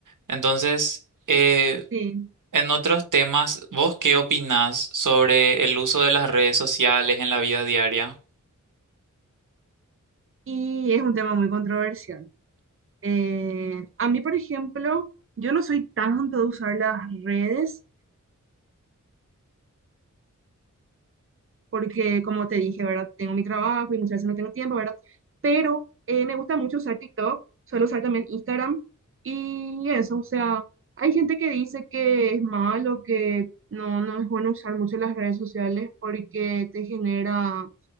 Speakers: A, on the right; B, on the right.
A: Entonces, eh,
B: Sí.
A: en otros temas, ¿vos qué opinás sobre el uso de las redes sociales en la vida diaria?
B: Y es un tema muy controversial. Eh, a mí, por ejemplo, yo no soy tanto de usar las redes porque, como te dije, ¿verdad? Tengo mi trabajo y muchas veces no tengo tiempo, ¿verdad? Pero eh, me gusta mucho usar TikTok, suelo usar también Instagram y eso, o sea, hay gente que dice que es malo, que no, no es bueno usar mucho las redes sociales porque te genera